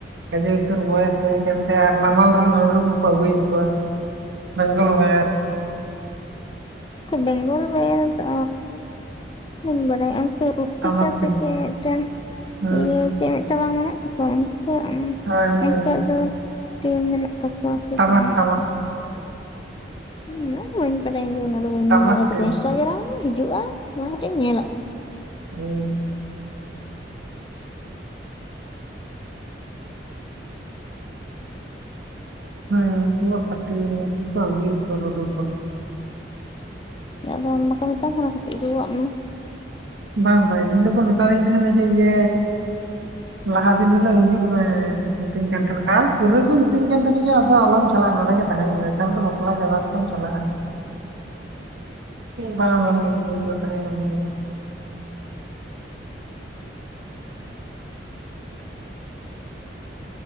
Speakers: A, on the right (about 75°); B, on the left (about 25°).
A: ᱜᱟᱡᱫᱮ ᱩᱛᱟᱹᱨ ᱵᱚᱭᱮᱥ ᱦᱩᱭ ᱠᱟᱱ ᱛᱟᱭᱟ ᱟᱨ ᱱᱟᱢᱟᱞ ᱨᱮᱱ ᱨᱩᱨᱩ ᱠᱚᱠᱚ ᱟᱹᱜᱩᱭᱮᱫ ᱠᱚᱣᱟ ᱛᱚ ᱮᱯ
B: ᱩᱱᱠᱩ ᱵᱮᱝᱜᱚᱞ ᱵᱟᱭᱟᱨ ᱫᱚ ᱵᱟᱹᱧ ᱵᱟᱲᱟᱭᱟ ᱨᱩᱥᱤᱠᱟ
A: ᱴᱟᱢᱟᱠ ᱴᱩᱢ
B: ᱥᱮ ᱪᱮᱫ ᱢᱤᱫᱴᱮᱱ
A: ᱦᱮᱸ
B: ᱤᱭᱟᱹ ᱪᱮᱫ ᱢᱤᱫᱴᱮᱱ ᱵᱟᱝ ᱢᱮᱱᱟᱜ ᱛᱟᱠᱚᱣᱟ ᱩᱱᱠᱩ ᱛᱚᱟᱢ
A: ᱦᱳᱭ ᱦᱳᱭ
B: ᱩᱱᱠᱩᱣᱟᱜ ᱫᱚ ᱴᱤᱢ ᱢᱮᱱᱟᱜ ᱛᱟᱠᱚᱣᱟ ᱥᱮ
A: ᱴᱟᱢᱟᱠ
B: ᱪᱮᱫ ᱢᱮᱱᱟᱜ
A: ᱴᱟᱢᱟᱠ
B: ᱛᱟᱠᱚᱣᱟ ᱩᱱᱟᱹᱜ ᱫᱚ ᱵᱟᱹᱧ ᱵᱟᱰᱟᱭᱟ ᱩᱱᱟᱹᱜ ᱫᱚ ᱵᱟᱹᱧ
A: ᱴᱟᱢᱟᱠ
B: ᱧᱮᱞ ᱵᱟᱲᱟᱭ ᱛᱟᱠᱚᱣᱟ
A: ᱴᱩᱢ
B: ᱤᱱᱥᱴᱟᱜᱨᱟᱢ ᱨᱮ ᱦᱤᱡᱩᱜ-ᱟ᱾ ᱚᱱᱟ ᱠᱟᱹᱴᱤᱡ ᱤᱧ ᱧᱮᱞᱟᱜ-ᱟ᱾
A: ᱝ ᱦᱳᱭ ᱩᱱᱠᱩᱣᱟᱜ ᱯᱟᱴᱤ ᱩᱱᱠᱩ ᱠᱚ ᱟᱹᱜᱩᱭᱮᱫ ᱠᱚᱣᱟ ᱨᱩᱨᱩ ᱠᱚ
B: ᱫᱚᱟᱢ ᱵᱟᱠᱚ ᱢᱮᱛᱟᱢ ᱠᱟᱱᱟ ᱠᱟᱹᱴᱤᱡ ᱨᱩ ᱟᱣᱟᱜ ᱢᱮ
A: ᱵᱟᱝ ᱵᱟᱝ ᱤᱧ ᱫᱚᱠᱚ ᱢᱮᱛᱟ ᱫᱤᱧ ᱛᱟᱦᱮᱱᱟ ᱡᱮ ᱤᱭᱟᱹ ᱞᱟᱦᱟ ᱫᱤᱱ ᱦᱤᱞᱚᱜ ᱦᱤᱡᱩᱜ ᱢᱮ ᱢᱤᱛᱟᱹᱧ ᱠᱟᱱ ᱛᱟᱦᱮᱱᱟ ᱠᱚ ᱟᱨ ᱯᱩᱨᱟᱹ ᱜᱮ ᱠᱚ ᱢᱤᱛᱟᱹᱧ ᱠᱟᱱ ᱛᱟᱦᱮᱱᱟ ᱡᱮ ᱟᱫᱚ ᱟᱞᱚᱢ ᱪᱟᱞᱟᱜ-ᱟ᱾ ᱱᱚᱰᱮ ᱜᱮ ᱛᱟᱦᱮᱱ ᱢᱮ ᱮᱠᱟᱞᱛᱮ ᱵᱟᱯᱞᱟ ᱪᱟᱵᱟ ᱠᱟᱛᱮᱢ ᱪᱟᱞᱟᱜ-ᱟ᱾ ᱵᱟᱝ ᱵᱟᱝ ᱩᱱ ᱫᱤᱱ ᱫᱚ ᱛᱟᱦᱮ ᱵᱟᱝ ᱜᱟᱱᱚᱜ-ᱟ᱾